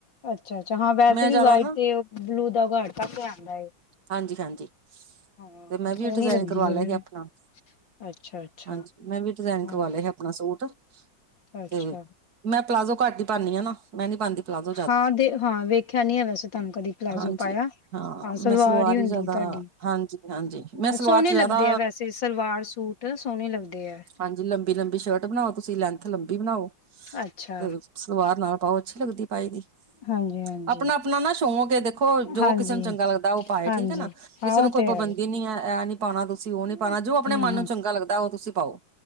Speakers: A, on the left (about 75°); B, on the right (about 55°).
A: ਅੱਛਾ-ਅੱਛਾ, ਹਾਂ ਵੈਸੇ
B: ਮੈਂ
A: ਵੀ
B: ਜ਼ਿਆਦਾ
A: ਵਾਇਟ
B: ਨਾ
A: ਤੇ ਬ੍ਲੂ ਦਾ ਉਘਾੜ ਕਾਫ਼ੀ ਆਂਦਾ ਏ।
B: ਹਾਂਜੀ-ਹਾਂਜੀ,
A: ਹਾਂ
B: ਤੇ ਮੈਂ ਵੀ
A: ਸੋਹਣੀ
B: ਇਹ ਡਿਜ਼ਾਇਨ
A: ਲੱਗਦੀ
B: ਕਰਵਾ
A: ਉਹਦੇ
B: ਲਿਆ
A: ਨਾਲ
B: ਹੀ ਆਪਣਾ।
A: ਅੱਛਾ। ਅੱਛਾ
B: ਹਾਂਜੀ, 'ਮੈਂ' ਵੀ ਡਿਜ਼ਾਇਨ
A: ਹਾਂ
B: ਕਰਵਾ ਲਿਆ ਹੀ ਆਪਣਾ ਸੂਟ,
A: ਅੱਛਾ
B: ਤੇ ਮੈਂ ਪਲਾਜੋ ਘੱਟ ਈ ਪਾਨੀ ਆਂ ਨਾ। ਮੈਂ'ਨੀ ਪਾਂਦੀ ਪਲਾਜੋ।
A: ਹਾਂ ਦੇ ਹਾਂ ਵੇਖਿਆ ਨੀ ਐ ਵੈਸੇ ਤਾਨੂੰ ਕਦੀ ਪਲਾਜੋ
B: ਹਾਂਜੀ।
A: ਪਾਇਆ। ਹਾਂ ਸਲਵਾਰ
B: ਮੈਂ
A: ਈ ਹੁੰਦੀ
B: ਹੀ ਜ਼ਿਆਦਾ
A: ਏ ਤਾਡੀ,
B: ਹਾਂਜੀ-ਹਾਂਜੀ, ਮੈਂ ਸਲਵਾਰ
A: ਸੋਣੀ
B: ਚ ਜ਼ਿਆਦਾ
A: ਲੱਗਦੀ ਆ ਵੈਸੇ ਸਲਵਾਰ-ਸੂਟ। ਟ ਸੋਣੇ ਲੱਗਦੇ ਐ।
B: ਹਾਂਜੀ ਲੰਬੀ-ਲੰਬੀ ਸ਼ਰਟ ਬਨਾਓ ਤੁਸੀ, ਲੈਂਥ ਲੰਬੀ ਬਨਾਓ
A: ਅੱਛਾ
B: ਤੇ ਸਲਵਾਰ ਨਾਲ ਪਾਓ ਅੱਛੀ ਲੱਗਦੀ ਪਾਈ ਦੀ।
A: ਹਾਂਜੀ ਹਾਂਜੀ
B: ਅਪਨਾ-ਅਪਨਾ ਨਾ ਸ਼ੌਕ ਏ ਦੇਖੋ, ਜੋ
A: ਹਾਂਜੀ
B: ਕਿਸੇ ਨੂੰ ਚੰਗਾ ਲੱਗਦਾ ਔ ਪਾਏ
A: ਹਾਂਜੀ
B: ਠੀਕ ਏਨਾ।
A: ਹਾਂ
B: ਕਿਸੇ ਨੂੰ
A: ਉਹ
B: ਕੋਈ
A: ਤੇ
B: ਪਾਬੰਦੀ
A: ਹੈ
B: ਨੀ ਐ, ਐ ਨੀ ਪਾਨਾ ਤੁਸੀਂ ਔ ਨੀ
A: ਹੂੰ
B: ਪਾਨਾ ਜੋ ਆਪਨੇ
A: ਹੂੰ
B: ਮਨ ਨੂੰ ਚੰਗਾ ਲੱਗਦਾ ਔ ਤੁਸੀ ਪਾਓ।